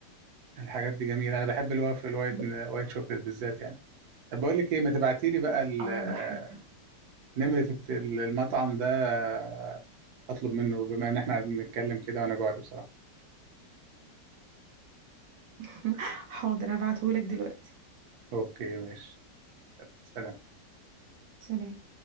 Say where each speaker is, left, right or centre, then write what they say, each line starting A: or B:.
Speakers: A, on the right (about 65°); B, on the right (about 80°).
A: الحاجات دي جميلة انا بحب الوافل الوايت
B: ب-
A: وايت شوكليت بالذات يعني طب بقول لك ايه ما تبعتي لي بقى ال-
B: اه بحب
A: نمرة الت- المطعم ده آه، اطلب منه بما ان احنا قاعدين نتكلم كده وانا جوعت بصراحة
B: <laughs> حاضر هبعتهولك دلوقتي
A: اوكي ماشي سلام
B: سلام